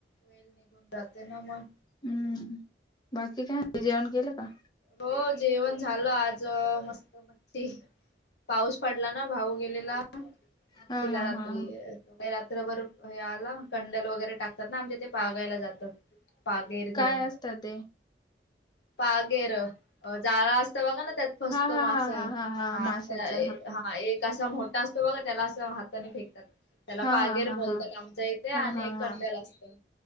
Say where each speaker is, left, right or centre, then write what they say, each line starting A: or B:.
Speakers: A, on the left; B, on the left.
A: वेल निघून जाते ना मग
B: हम्म बाकी काय जेवण केलं का
A: हो जेवण झालं आज मस्त मटी पाऊस पडला ना भाऊ गेलेला मछीला
B: हा हा
A: रात्री
B: हा हा
A: रात्रभर आला कंडल वगैरे टाकतात ना आमच्याथे पागायला जातात पागेर घेऊन
B: काय असतं ते
A: पागेर जाळा असत बघा ना त्यात फस्तो
B: हा हा
A: मासा
B: हा हा
A: हा
B: माशाच
A: हा एक कसा मोठा असतो बघा त्याला असं हाताने फेकतात त्याला
B: हा
A: पागेर
B: हा हा
A: बोलतात
B: हा
A: आमच्या इथे आणि
B: हा हा
A: एक
B: हा
A: कंड्याल असतं